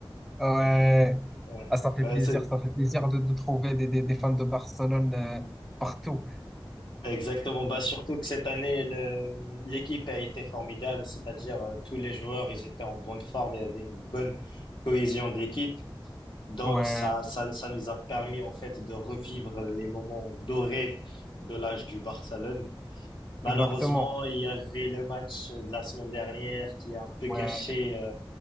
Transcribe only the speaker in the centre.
Ouais.
Ah, ça fait
plaisir,
ça fait plaisir de, de trouver des, des, des fans de Barcelone euh, partout.
Ouais,
exactement.
Ouais,